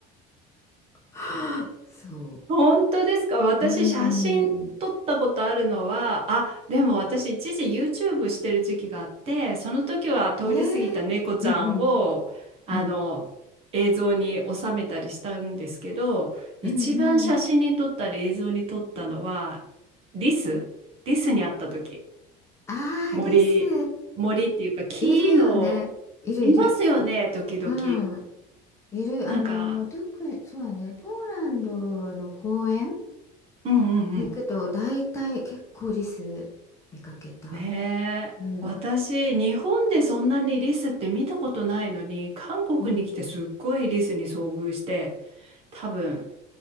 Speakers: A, on the left (about 15°); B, on the right (about 35°).
A: <gasps> そ
B: 本当ですか私写真撮ったことあるのはあでも私一時
A: う。うーん。ね
B: YouTube してる時期があってその時は通り過ぎた猫ちゃんをあの映像に収めたりしたんですけど一番写真に撮ったり映像に撮ったのは
A: え。うんうんうん。うんうん。
B: リスリスに会った時
A: ああ、
B: 森森っていうか木の
A: リス。いるよね。いるいる。
B: いますよね時々
A: うん。いる。
B: なんか
A: あの、特に、そうだね。ポーランドの公園
B: うんうんうん
A: に行くと大体結構リス見かけた。
B: ねえ、
A: うん。
B: 私、日本でそんなにリスって見たことないのに、韓国に来てすっごいリスに遭遇して、
A: うん。
B: 多分、